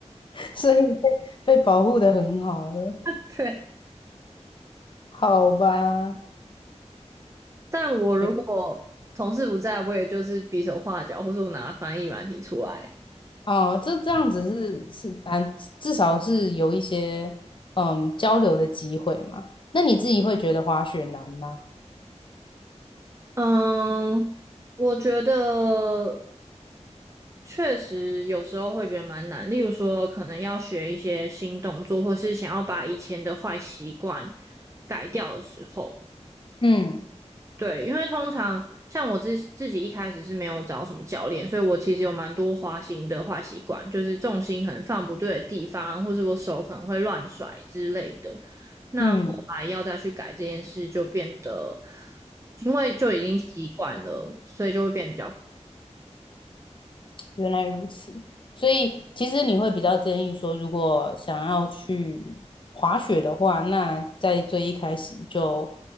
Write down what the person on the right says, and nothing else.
对。
但我如果同事不在，
我也就是比手画脚，或是我拿翻译软体出来。
嗯，我觉得确实有时候会觉得蛮难，例如说可能要学一些新动作，或是想要把以前的坏习惯改掉的时候。
对，因为通常像我自自己一开始是没有找什么教练，所以我其实有蛮多滑行的坏习惯，就是重心可能放不对的地方，或是我手可能会乱甩之类的。那后来要再去改这件事，
就变得因为就已经习惯了，所以就会变得比较